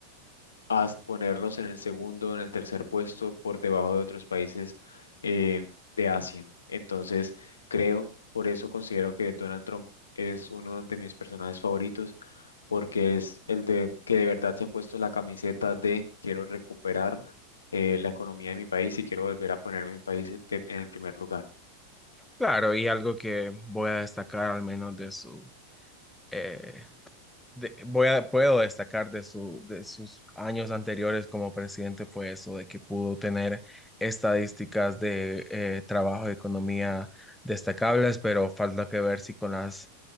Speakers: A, on the left; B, in the centre.
A: a ponerlos en el segundo, en el tercer puesto, por debajo de otros países eh, de Asia. Entonces, creo, por eso considero que Donald Trump es uno de mis personajes favoritos, porque es el de que de verdad se ha puesto la camiseta de quiero recuperar eh, la economía de mi país y quiero volver a poner mi país de- en el primer lugar.
B: Claro, y algo que voy a destacar al menos de su, eh, de- voy a, puedo destacar de su, de sus años anteriores como presidente fue eso, de que pudo tener estadísticas de eh, trabajo y economía destacables, pero falta que ver si con las